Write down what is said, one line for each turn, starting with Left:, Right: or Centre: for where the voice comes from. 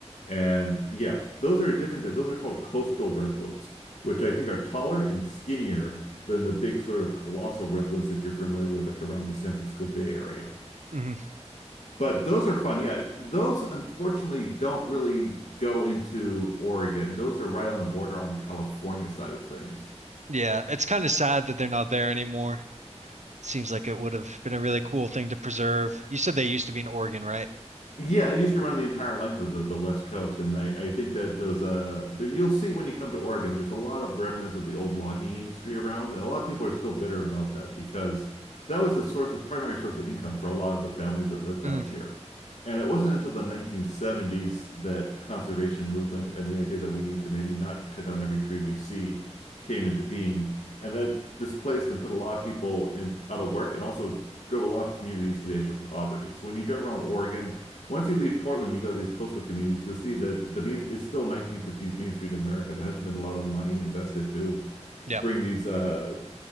Left: And yeah, those are different. Those are called coastal redwoods, which I think are taller and skinnier than the big sort of colossal redwoods that you're familiar with, like around the San Francisco Bay Area.
Right: Mm-hmm.
Left: But those are fun. Yeah, those unfortunately don't really go into Oregon. Those are right on the border on the California side of things.
Right: Yeah, it's kind of sad that they're not there anymore. Seems like it would have been a really cool thing to preserve. You said they used to be in Oregon, right?
Left: Yeah, it used to run the entire length of the, the West Coast, and I, I think that those uh there, you'll see when you come to Oregon, there's a lot of remnants of the old logging industry around, and a lot of people are still bitter about that because that was the source of primary source of income for a lot of the families that lived
Right: Mm.
Left: out here. And it wasn't until the 1970s that the conservation movement and the idea that we need to maybe not cut down every tree we see came into being, and that displaced and put a lot of people in out of work and also drove a lot of communities to the edge of poverty. So when you drive around Oregon, once you leave Portland, you go to these coastal communities, you'll see that the main, it's still 1950s Main Street America. There hasn't been a lot of money invested to
Right: Yep.
Left: bring these uh,